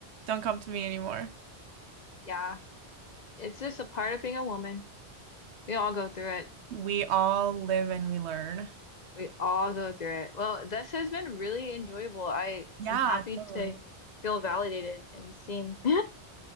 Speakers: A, on the right; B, on the left.
A: Don't come to me anymore.
B: yeah. It's just a part of being a woman. We all go through it.
A: We all live and we learn.
B: We all go through it. Well, this has been really enjoyable. I
A: Yeah,
B: am happy
A: totally.
B: to feel validated and seen. <laughs>